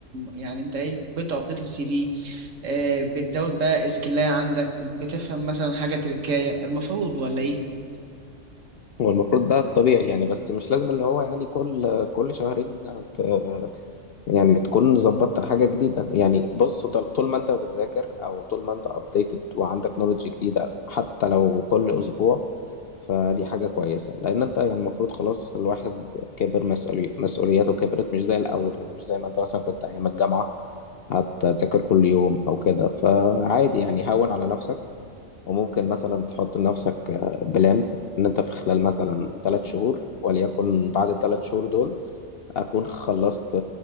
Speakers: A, on the right; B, on the left.
A: يعني انت ايه بتابديت السي في آه، بتزود بقى اسكلايه عندك بتفهم مثلا حاجه تركايه المفروض ولا ايه
B: هو المفروض ده الطبيعي يعني بس مش لازم اللي هو يعني كل كل شهرين ت... يعني تكون ظبطت حاجة جديدة يعني بص طل- طول ما انت بتذاكر او طول ما انت updated وعندك نولج جديدة حتى لو كل اسبوع فدي حاجة كويسة لأن أنت يعني المفروض خلاص الواحد كبر مسؤولي... مسؤولياته كبرت مش زي الأول يعني مش زي ما أنت مثلا كنت أيام الجامعة هتذاكر كل يوم أو كده فعادي يعني هون على نفسك وممكن مثلا تحط لنفسك آه، بلان إن أنت في خلال مثلا ثلاث شهور وليكن بعد الثلاث شهور دول أكون خلصت